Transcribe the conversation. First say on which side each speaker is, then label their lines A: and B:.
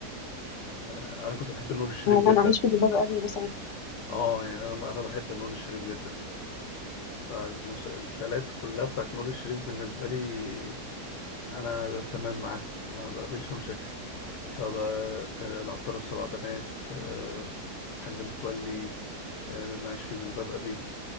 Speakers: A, on the left; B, on the left.
A: آه، أنا كنت بحب نور الشريف جدا
B: انا عايش في جلباب ابي مثلا
A: اه يعني انا انا بحب نور الشريف جدا بتاع المسلسلات كلها بتاعت نور الشريف بالنسبه لي انا تمام معاه ما بقابلش مشاكل سواء بقى آه، العطار والسبع بنات آه، حاج متولي آه، انا عايش في جلباب ابي